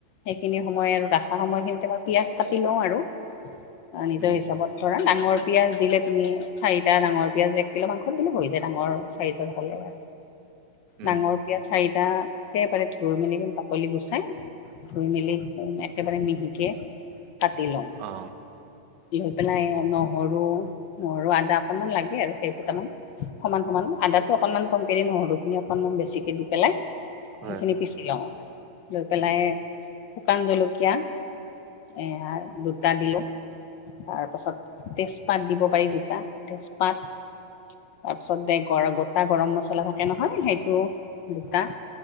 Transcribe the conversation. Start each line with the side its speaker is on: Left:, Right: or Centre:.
Left: সেইখিনি সময় আৰু ৰাখা সময়খিনিতে মই পিয়াজ কাটি লওঁ আৰু। আ নিজৰ
Right: উম
Left: হিচাবত ধৰা ডাঙৰ পিয়াঁজ দিলে তুমি চাৰিটা ডাঙৰ পিয়াজ এক কিলো মাংসত দিলে হৈ যায় ডাঙৰ চাৰিজনত হলে আৰু।
Right: উম
Left: ডাঙৰ পিয়াজ চাৰিটাকে মানে ধুই মেলি পিনি বাকলি গুচাই ধুই মেলি একেবাৰে মিহিকে কাটি লও
Right: অ
Left: লৈ পেলাই নহৰু নহৰু, আদা অকণমান লাগে আৰু কেইফোটামান সমান সমান আদাতো অকনমান কমকে দি নহৰু অকনমান বেছিকে দি পেলাই
Right: হয়
Left: সেইখিনি পিচি লওঁ লৈ পেলাই
Right: উম
Left: শুকান জলকীয়া এ দুটা দিলো তাৰ পাছত তেজপাত দিব পাৰি দুটা তেজপাত তাৰপিছত দে গৰ গোটা গৰম মছলা থাকে নহয় সেইটো গোটা